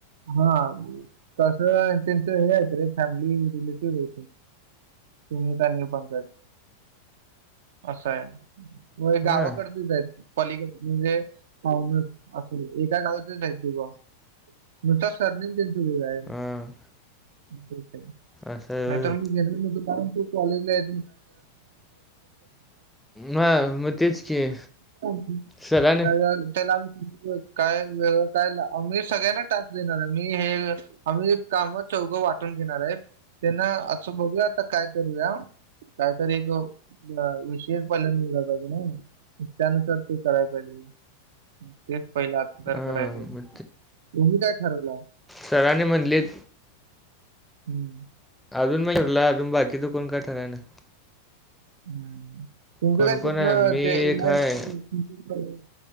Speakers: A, on the right; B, in the centre.
A: हा. कसंय त्यांच हे आहेत रे, फॅमिली रिलेटिव्ह. सुमित आणि पांकज असं आहे. होय
B: हां
A: गावाकडतीच आहेत. पलीकडं म्हणजे पाहूनचं, असं एका गावातलीच आहेत दोघं. नुसता सरनेम तेन दिलेलं आहे
B: हां
A: <unintelligible>
B: असं
A: नाही तर मी घेणार नव्हतो कारण तू कॉलेजला येत
B: हां मग तेच की
A: <unintelligible>
B: सराने
A: <unintelligible> त्याला काय व काय <unintelligible> मी सगळ्यांना टास्क देणार आहे मी हे, आपली काम चौघ वाटून घेणार आहे. त्यांना असं बघूया आता काय करूया. कायतरी एक <unintelligible> विषयच पहिल्या मिला पाहिजे ना. त्यानुसार ते कराय पाहिजे, तेच पहिले आत् जर
B: हां
A: करायचं.
B: मग
A: तुम्ही काय ठरवलं?
B: सरांनी म्हणलीत.
A: हम्म.
B: अजून <unintelligible> अजून बाकीचं कोण काय ठराय नाय.
A: हम्म, <unintelligible>
B: कोण कोण आहे मी एक आहे